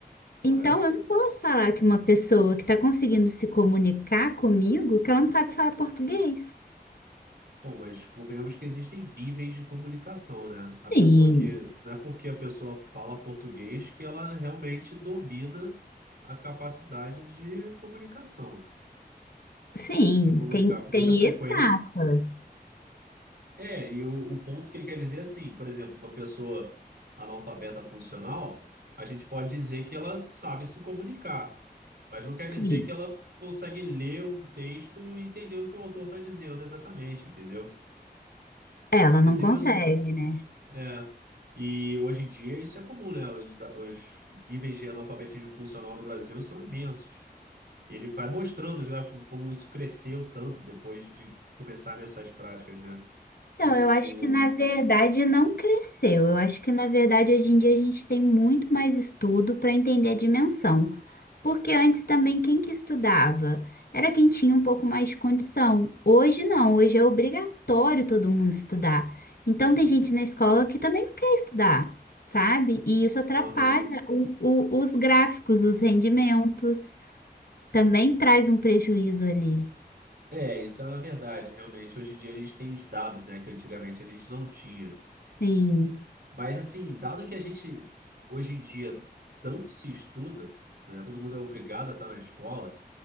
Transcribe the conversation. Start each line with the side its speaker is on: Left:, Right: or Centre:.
Right: correto.
Left: Então, eu não posso falar que uma pessoa que está conseguindo se comunicar comigo, que ela não sabe falar português.
Right: Bom, mas convenhamos que existem níveis de comunicação, né? A pessoa
Left: Sim,
Right: que. Não é porque a pessoa fala português que ela realmente domina a capacidade de comunicação,
Left: sim,
Right: de se comunicar
Left: tem,
Right: com
Left: tem
Right: muita frequência.
Left: etapas.
Right: É, e o, o ponto que ele quer dizer é assim, por exemplo, uma pessoa analfabeta funcional, a gente pode dizer que ela sabe se comunicar, mas não quer dizer
Left: Sim,
Right: que ela consegue ler um texto e entender o que o autor está dizendo exatamente, entendeu?
Left: Ela
Right: Ele, inclusive,
Left: não consegue,
Right: usa.
Left: né?
Right: É. E hoje em dia isso é comum, né? Os, da- os níveis de analfabetismo funcional no Brasil são imensos. E ele vai mostrando já como como isso cresceu tanto depois de começarem essas práticas, né?
Left: Então,
Right: O...
Left: eu acho que na verdade não cresceu. Eu acho que na verdade hoje em dia a gente tem muito mais estudo para entender a dimensão. Porque antes também quem que estudava? Era quem tinha um pouco mais de condição. Hoje não, hoje é obrigatório todo mundo estudar. Então tem gente na escola que também não quer estudar, sabe? E isso atrapalha
Right: Aham.
Left: o- o- os gráficos, os rendimentos. Também traz um prejuízo ali.
Right: É, isso é uma verdade, realmente. Hoje em dia a gente tem os dados, né, que antigamente a gente não tinha.
Left: Sim.
Right: Mas, assim, dado que a gente, hoje em dia, tanto se estuda, né, todo mundo é obrigado a estar na escola,